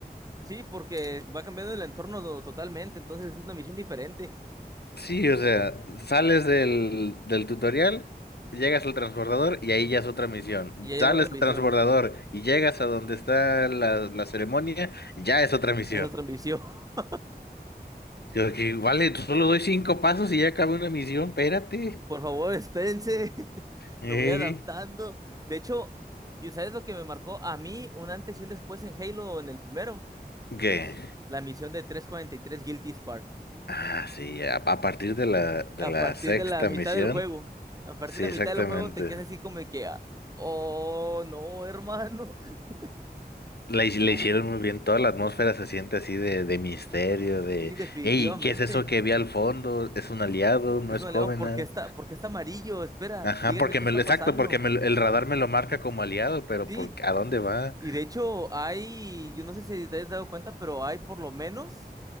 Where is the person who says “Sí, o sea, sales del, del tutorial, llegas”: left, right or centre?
Left